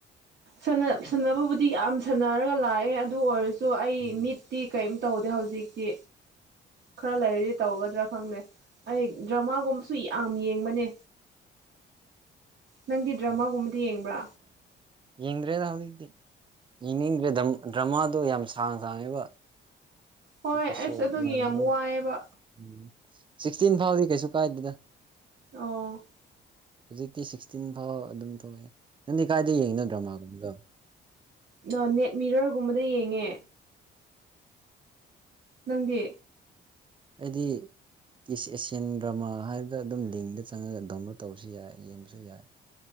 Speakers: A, on the right (about 55°); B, on the right (about 25°).
A: ꯁꯥꯟꯅꯕꯕꯨꯗꯤ ꯌꯥꯝ ꯁꯥꯟꯅꯔꯒ ꯂꯥꯛꯑꯦ ꯑꯗꯨ ꯑꯣꯏꯔꯁꯨ ꯑꯩ
B: ꯎꯝ
A: ꯃꯤꯠ ꯇꯤ ꯀꯔꯤꯝ ꯇꯧꯗꯦ ꯍꯧꯖꯤꯛꯇꯤ ꯈꯔ ꯂꯩꯔꯗꯤ ꯇꯧꯒꯗ꯭ꯔꯥ ꯈꯪꯗꯦ ꯑꯩ ꯗ꯭ꯔꯃꯥꯒꯨꯝꯕꯁꯨ ꯌꯥꯝ ꯌꯦꯡꯕꯅꯦ ꯅꯪꯗꯤ ꯗ꯭ꯔꯃꯥꯒꯨꯝꯕꯗꯤ
B: ꯎꯝ
A: ꯌꯦꯡꯕ꯭ꯔꯥ
B: ꯌꯦꯡꯗ꯭ꯔꯦꯗ ꯍꯧꯖꯤꯛꯇꯤ ꯌꯦꯡꯅꯤꯡꯗ꯭ꯔꯦ ꯗ꯭ꯔꯃꯥꯗꯣ ꯌꯥꯝ ꯁꯥꯡ ꯁꯥꯡꯉꯦꯕ
A: ꯍꯣꯏ
B: ꯑꯦꯄꯤꯁꯣꯠ
A: ꯑꯁ ꯑꯗꯨꯒꯤ
B: ꯌꯥꯝꯃꯦꯕ
A: ꯌꯥꯝ ꯋꯥꯏꯌꯦꯕ
B: ꯎꯝ ꯁꯤꯛꯁꯇꯤꯟ ꯐꯥꯎꯗꯤ ꯀꯩꯁꯨ ꯀꯥꯏꯗꯦꯗ
A: ꯑꯣ
B: ꯍꯧꯖꯤꯛꯇꯤ ꯁꯤꯛꯁꯇꯤꯟ ꯐꯥꯎ ꯑꯗꯨꯝ ꯊꯣꯛꯑꯦ ꯅꯪꯗꯤ ꯀꯥꯏꯗ ꯌꯦꯡꯉꯤꯅꯣ ꯗ꯭ꯔꯃꯥꯒꯨꯝꯗꯣ
A: ꯅ ꯅꯦꯠ ꯃꯤꯔꯔꯒꯨꯝꯕꯗ ꯌꯦꯡꯉꯦ ꯅꯪꯗꯤ
B: ꯑꯩꯗꯤ ꯇꯤꯁ ꯑꯦꯁꯤꯌꯥꯟ ꯗ꯭ꯔꯃꯥ ꯍꯥꯏꯕꯗ ꯑꯗꯨꯝ ꯂꯤꯡꯗ ꯆꯪꯉꯒ ꯗꯥꯎꯟꯂꯣꯗ ꯇꯧꯕꯁꯨ ꯌꯥꯏ ꯌꯦꯡꯕꯁꯨ ꯌꯥꯏ